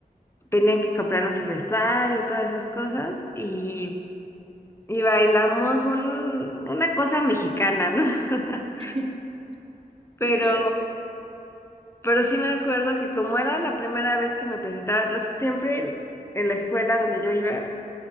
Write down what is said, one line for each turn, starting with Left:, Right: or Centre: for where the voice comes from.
Left: tenían que comprarnos el vestuario, todas esas cosas y, y bailamos un- una cosa mexicana, ¿no? <laughs>
Right: <laughs>
Left: Pero
Right: Sí, claro.
Left: Pero sí me acuerdo que como era la primera vez que me presentaba, no, sé, siempre en la escuela donde yo iba,